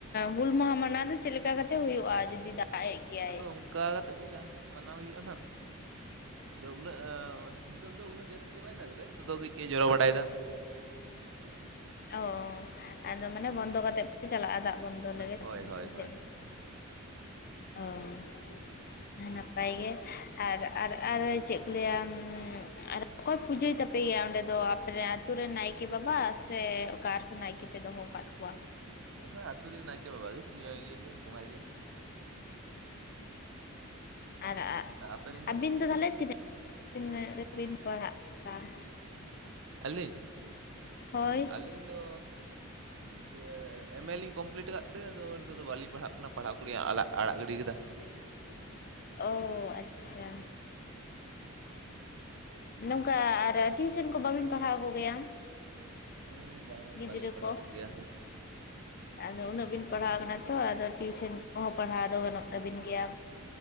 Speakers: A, on the left; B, on the right.
A: ᱦᱩᱞ ᱢᱟᱦᱟ ᱢᱟᱱᱟᱣ ᱫᱚ ᱪᱮᱫ ᱞᱮᱠᱟ ᱠᱟᱛᱮ ᱦᱩᱭᱩᱜᱼᱟ, ᱡᱩᱫᱤ ᱫᱟᱜ ᱮᱜ ᱜᱮᱭᱟᱭ
B: ᱟᱫᱚ ᱚᱱᱠᱟ ᱠᱟᱛᱮᱫ ᱜᱮ ᱡᱟᱦᱟᱸ ᱞᱮᱠᱟ ᱛᱮ ᱢᱟᱱᱟᱣ ᱦᱩᱭᱩᱜᱼᱟ ᱱᱦᱟᱸᱜ᱾ ᱟᱫᱚ ᱩᱱᱟᱹᱜ ᱱᱤᱛᱚᱜ ᱫᱚ ᱩᱱᱟᱹᱜ ᱡᱟᱹᱥᱛᱤ ᱫᱚ ᱵᱟᱭ ᱫᱟᱜ ᱮᱫᱟ ᱱᱤᱛᱚᱜ ᱫᱚ ᱠᱟᱹᱡ ᱠᱟᱹᱡ ᱮ ᱡᱚᱨᱚ ᱵᱟᱲᱟᱭᱫᱟ᱾
A: ᱚ ᱟᱫᱚ ᱢᱟᱱᱮ ᱵᱚᱱᱫᱚ ᱠᱟᱛᱮᱜ ᱯᱮ ᱪᱟᱞᱟᱜᱼᱟ, ᱫᱟᱜ ᱵᱚᱱᱫᱚ
B: ᱦᱳᱭ
A: ᱞᱮᱜᱮ ᱛᱟᱨᱯᱚᱨᱮ
B: ᱦᱳᱭ
A: ᱥᱮ
B: ᱦᱳᱭ
A: ᱪᱮᱫ? ᱦᱳᱭ᱾ ᱱᱟᱯᱟᱭ ᱜᱮ ᱟᱨᱻᱟᱨᱻᱟᱨ ᱪᱮᱫ ᱠᱚ ᱞᱟᱹᱭᱟ ᱟᱨ ᱚᱠᱚᱭ ᱯᱩᱡᱟᱹᱭ ᱛᱟᱯᱮ ᱜᱮᱭᱟ ᱚᱸᱰᱮ ᱫᱚ? ᱟᱯᱮ ᱨᱮᱱ ᱟᱹᱛᱩ ᱨᱮᱱ ᱱᱟᱭᱠᱮ ᱵᱟᱵᱟ? ᱥᱮ ᱚᱠᱟ ᱚᱨᱦᱚᱸ ᱱᱟᱭᱠᱮ ᱯᱮ ᱫᱚᱦᱚ ᱠᱟᱫ ᱠᱚᱣᱟ?
B: ᱦᱳᱭ ᱟᱹᱛᱩ ᱨᱮᱱ ᱱᱟᱭᱠᱮ ᱵᱟᱵᱟ ᱜᱮ, ᱯᱩᱡᱟᱹ ᱤᱭᱟᱹᱭ ᱜᱮᱭᱟ ᱵᱚᱸᱜᱟᱭ ᱜᱮᱭᱟ᱾
A: ᱚᱸ ᱟᱨ
B: ᱟᱯᱮ ᱨᱮᱱ
A: ᱟᱹᱵᱤᱱ ᱫᱚ ᱛᱟᱦᱚᱞᱮ ᱛᱤᱱᱟᱹᱜ? ᱛᱤᱱᱟᱹᱜ ᱨᱮᱵᱤᱱ ᱯᱟᱲᱦᱟᱜ ᱠᱟᱱ
B: ᱟᱹᱞᱤᱧ
A: ᱦᱳᱭ
B: ᱟᱹᱞᱤᱧ ᱫᱚ ᱤᱭᱟᱹ ᱮᱢ ᱮ ᱞᱤᱧ ᱠᱚᱢᱯᱞᱤᱴ ᱠᱟᱫ ᱛᱮ, ᱟᱫᱚ ᱱᱤᱛᱚᱜ ᱫᱚ ᱵᱟᱹᱞᱤᱧ ᱯᱟᱲᱦᱟᱜ ᱠᱟᱱᱟ ᱯᱟᱲᱦᱟᱜ ᱠᱚᱞᱤ ᱟᱲᱟᱜ ᱟᱲᱟᱜ ᱜᱤᱰᱤ ᱠᱟᱫᱟ ᱾
A: ᱚ ᱟᱪᱪᱷᱟ᱾ ᱱᱚᱝᱠᱟ ᱟᱨ ᱴᱤᱭᱩᱥᱮᱱ ᱠᱚ ᱵᱟᱹᱵᱤᱱ ᱯᱟᱲᱦᱟᱣ ᱠᱚᱜᱮᱭᱟ?
B: ᱩᱸ ᱵᱟᱝ
A: ᱜᱤᱫᱽᱨᱟᱹ
B: ᱵᱟᱹᱞᱤᱧ ᱯᱟᱲᱦᱟᱣ
A: ᱠᱚ?
B: ᱠᱚᱜᱮᱭᱟ᱾
A: ᱟᱫᱚ ᱩᱱᱟᱹᱜ ᱵᱤᱱ ᱯᱟᱲᱦᱟᱣ ᱠᱟᱱᱟ ᱛᱚ ᱟᱫᱚ ᱴᱤᱭᱩᱥᱚᱱ ᱠᱚᱦᱚᱸ, ᱯᱟᱲᱦᱟᱣ ᱫᱚ ᱜᱟᱹᱱᱚᱜ ᱛᱟᱵᱤᱱ ᱜᱮᱭᱟ᱾